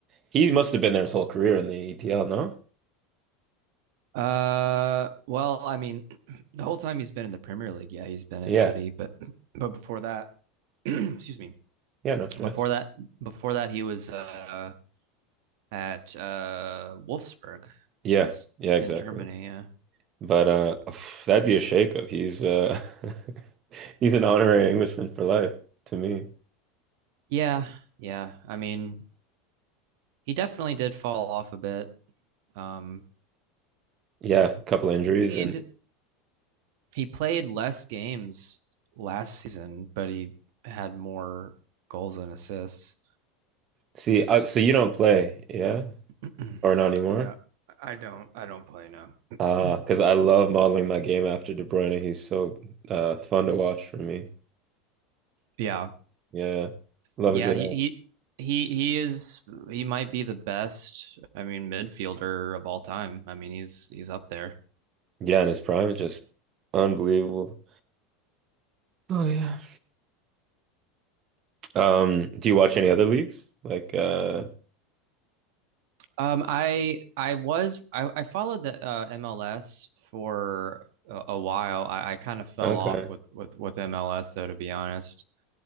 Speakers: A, on the right; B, on the right.
A: he must have been there his whole career in the EPL, no?
B: Uh, well, I mean, <clears throat> the whole time he's been in the Premier League, yeah, he's been
A: Yeah.
B: at City, but <clears throat> but before that, <clears throat> excuse me,
A: Yeah, no stress.
B: before that, before that, he was uh at uh Wolfsburg,
A: Yeah.
B: was
A: Yeah, exactly.
B: in Germany. Yeah,
A: But uh, oof, that'd be a shakeup. He's uh, <laughs> he's an honorary Englishman for life to me.
B: yeah, yeah. I mean, he definitely did fall off a bit. Um,
A: Yeah, a couple injuries
B: played
A: and
B: He played less games last season, but he had more goals and assists.
A: see. Uh, so you don't play, yeah,
B: <clears throat>
A: or not anymore?
B: no, I don't. I don't play now.
A: Ah,
B: <clears throat>
A: because I love modeling my game after De Bruyne. He's so uh fun to watch for me.
B: yeah,
A: Yeah, love
B: yeah.
A: a good
B: He,
A: uh,
B: he he is. He might be the best. I mean, midfielder of all time. I mean, he's he's up there.
A: yeah, in his prime, just unbelievable. Oh yeah. Um, do you watch any other leagues? Like uh,
B: Um, I I was I, I followed the uh, MLS for a, a while. I, I kind of fell
A: okay,
B: off with with with MLS though, to be honest.